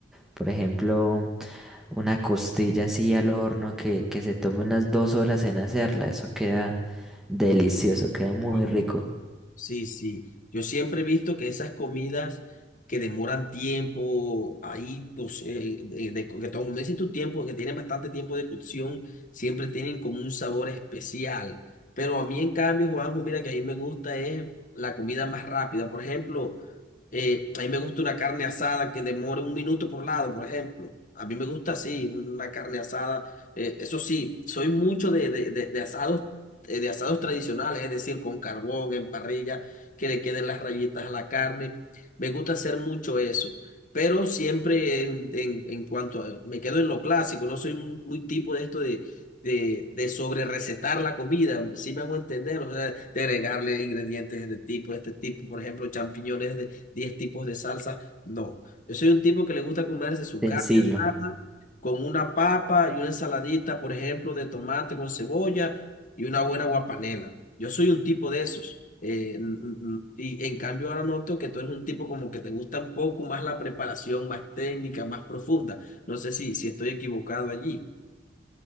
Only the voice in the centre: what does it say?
Por ejemplo, una costilla así al horno que, que se tome unas dos horas en hacerla. Eso queda delicioso, queda muy
rico.
Sencillo.